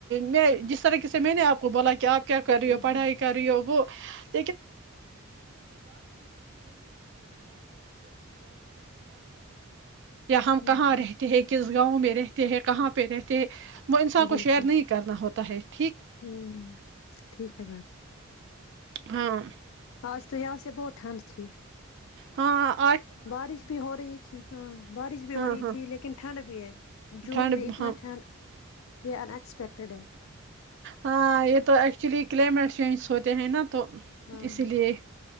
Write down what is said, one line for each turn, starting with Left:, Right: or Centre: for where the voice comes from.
Right: میں جس طریقے سے میں نے آپ کو بولا کہ آپ کہ کر
Left: ہوں
Right: پڑھائی کر ہو ب وہ <unintelligible> ہم
Left: ہوں
Right: کہ
Left: ہوں
Right: ریتتے ہیکس گاؤں میں رہتے ہیں کہاں پہ رہتے ہیں وہ انسان کو
Left: جی
Right: شیئر
Left: جی
Right: نہیں کرنا ہوتا تے
Left: ہوں ٹھیک ہے مم
Right: ہاں
Left: آج تو آ بہت ٹنڈ تھی
Right: ہاں
Left: بارش بھی ہو رہی تھی ہاں بارش بھی
Right: ہاں
Left: ہو رہی
Right: ہاں
Left: تھی لیکن ٹھنڈ بھی ہے جون
Right: ٹھنڈ
Left: میں اتنا
Right: ہاں
Left: ٹھنڈ یہ ان ایکسپیکٹیڈ ہے
Right: ہاں یہ تو ایکچولی کلائمیٹ چینج ہوتے ہیں نا تو
Left: ہاں
Right: اسی لیے